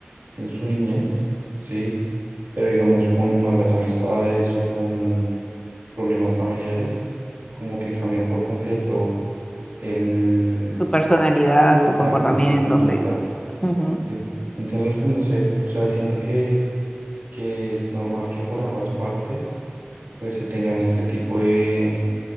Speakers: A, on the right; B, on the left.
A: en su niñez, ¿sí? Pero digamos con malas amistades o con problemas familiares, como que cambian por completo el,
B: Su personalidad, su
A: exacto,
B: comportamiento,
A: su conducta.
B: sí. Ujú,
A: En- Entonces, pues no sé, o sea, siento que, que es normal que por ambas partes, pues se tengan este tipo de